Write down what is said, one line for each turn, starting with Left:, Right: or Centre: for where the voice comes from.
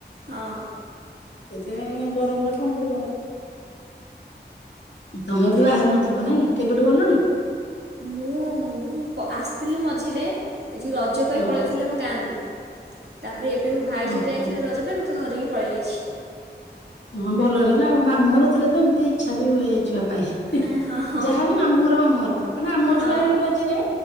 Right: ହଁ।
Left: ଏତେ ଗରମରେ କଁ କରିବ। ତମେ ବି
Right: ତ
Left: ବାହାରି ନଥିବ ନାଇଁ କେବେଠୁ ଗଲଣି?
Right: ମୁଁ ମୁଁ ଆସିଥିଲି ମଝିରେ ଏ ଯୋଉ ରଜ ପାଇଁ
Left: ହଁ
Right: ପଳେଇ ଥିଲି ଆମ ଗାଁକୁ। ତାପରେ ଏବେ ମୋ ଭାଇ
Left: ଓହୋ
Right: ଯୋଉ ଯାଇଥିଲେ ରଜ ପାଇଁ ମୋତେ ଧରିକି ପଳେଇ ଆଇଚି।
Left: ହୁଁ ଭଲ ହେଲା ନା ଆଉ, ମାମୁଁଘର ଥିଲେ ତ ଏମିତି ଇଚ୍ଛା ବି ହୁଏ ଯିବା ପାଇଁ।
Right: ଆଁ ହଁ ହଁ
Left: ଯାହା ହେଲେ ମାମୁଁଘର ମାମୁଁଘର, ମାନେ ଆମ
Right: ହଁ
Left: ଛୁଆ ହେଲେ ବି ଆଜିରେ